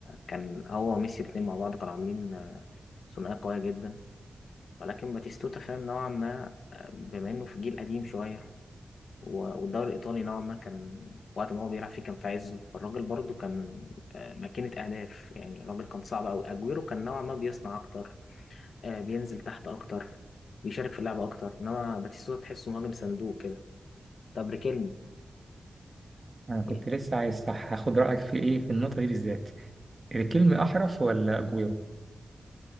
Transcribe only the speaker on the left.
كان هو وميسي الاثنين مع بعض كانوا عاملين ثنائيه قويه جدا ولكن باتيستوتا فاهم نوعا ما بما انه في جيل قديم شويه و- والدوري الايطالي نوعا ما كان وقت ما هو بيلعب فيه كان في عزه فالراجل برضه كان آه، ماكينه اهداف يعني الراجل كان صعب قوي اجويرو كان نوعا ما بيصنع اكتر آه بينزل تحت اكتر بيشارك في اللعبه اكتر انما باتيستوتا تحسه مهاجم صندوق كده طب ريكيلمي
يعني